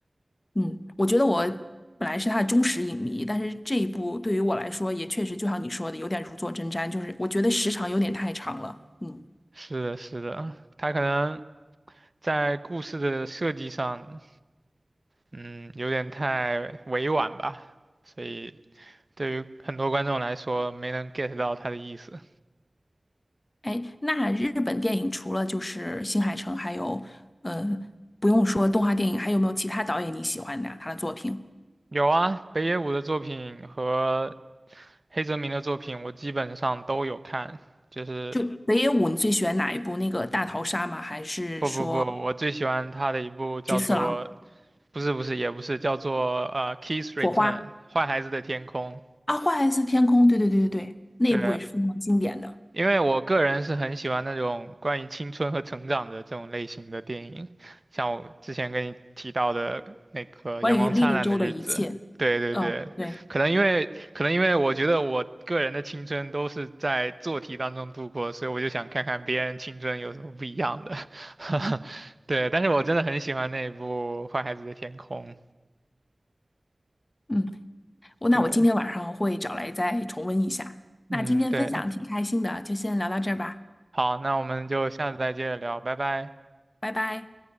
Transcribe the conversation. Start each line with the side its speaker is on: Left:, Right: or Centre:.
Left: 嗯，我觉得我本来是他的忠实影迷，但是这一部对于我来说也确实就像你说的，有点如坐针毡，就是我觉得时长有点太长了，嗯，
Right: <laughs> 是的，是的，他可能在故事的设计上，嗯，有点太委婉吧，所以对于很多观众来说，没能 get 到他的意思。
Left: 哎，那日本电影除了就是新海诚，还有呃，不用说动画电影，还有没有其他导演你喜欢的啊他的作品？
Right: 有啊，北野武的作品和黑泽明的作品，我基本上都有看，就是。
Left: 就北野武，你最喜欢哪一部？那个大逃杀吗？还是说
Right: 不不不，我最喜欢他的一部叫做
Left: 菊次郎、
Right: 不是不是，也不是，叫做呃《Kiss Return》坏孩子的天空。
Left: 火花啊？花还是天空？对对对对对，那一部也是非常经典的。
Right: 对，因为我个人是很喜欢那种关于青春和成长的这种类型的电影，像我之前跟你提到的那个《阳光灿烂的日子》。
Left: 关于莉莉周的一切。
Right: 对对对，
Left: 哦，对，
Right: 可能因为可能因为我觉得我个人的青春都是在做题当中度过，所以我就想看看别人青春有什么不一样的。<laughs> 对，但是我真的很喜欢那一部《坏孩子的天空》。
Left: 嗯，我那我今天晚上会找来再重温一下。
Right: 对，
Left: 那今天分享挺开心的，
Right: 嗯，对。
Left: 就先聊到这儿吧，
Right: 好，那我们就下次再接着聊，拜拜。
Left: 拜拜。